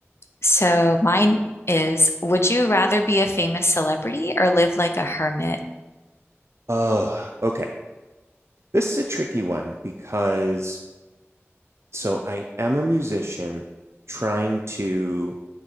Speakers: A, on the left; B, on the right.
A: so mine is, would you rather be a famous celebrity or live like a hermit?
B: Oh, okay. This is a tricky one because so I am a musician trying to